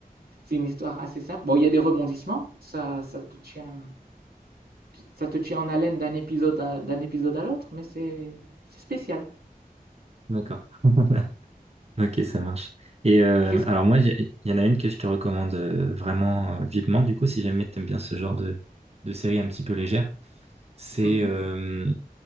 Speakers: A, on the right; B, on the right.
A: C'est une histoire assez simple. Bon, il y a des rebondissements, ça, ça te tient, ça te tient en haleine d'un épisode à, d'un épisode à l'autre, mais c'est c'est spécial.
B: D'accord. <laughs> Ok, ça marche. Et euh,
A: Qu'est-ce...
B: alors
A: que...
B: moi, j'ai- il y en a une que je te recommande euh, vraiment euh, vivement, du coup, si jamais t'aimes bien ce genre de, de série un petit peu légère, c'est
A: Mhm.
B: euh,